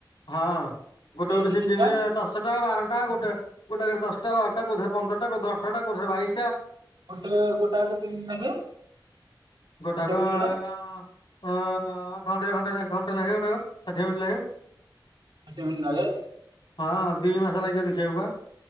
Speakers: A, on the left; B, on the right.
A: ହଁ ଗୋଟେ ଗୋଟେ
B: ସିଜିନ୍
A: ସିଜିନରେ
B: ଟା
A: ଦଶଟା ବାରଟା ଗୋଟେ ଗୋଟେକେରେ ଦଶଟା ବାରଟା କଉଥିରେ ପନ୍ଦରଟା କୋଉଥରେ ଆଠରଟା କୋଉଥିରେ ବାଇଶ
B: ଗୋଟେ ଗୋଟା କେ କେତେ ଦିନ ଲାଗେ?
A: ଗୋଟାକ
B: ଗୋଟେ ଏପିସୋଡ
A: ଆଁ ଅଧଘଣ୍ଟା ଅଧଘଣ୍ଟା ଘଣ୍ଟା ଲାଗିବ ଗୋଟାକ ଷାଠିଏ ମିନିଟ୍ ଲାଗେ।
B: କେମିତି ଲାଗେ?
A: ହଁ ଦି ମାସ ଲାଗିିବ ଦେଖିବାକୁ ପା।